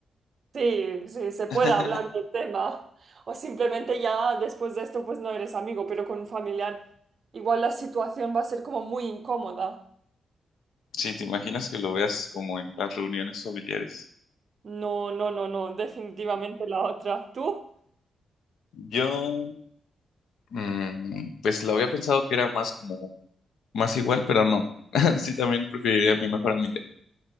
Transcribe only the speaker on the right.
sí, sí, se puede
hablar del tema. O simplemente ya después de esto, pues no eres amigo, pero con un familiar igual la situación va a ser como muy incómoda.
No, no, no, no, definitivamente la otra. ¿Tú?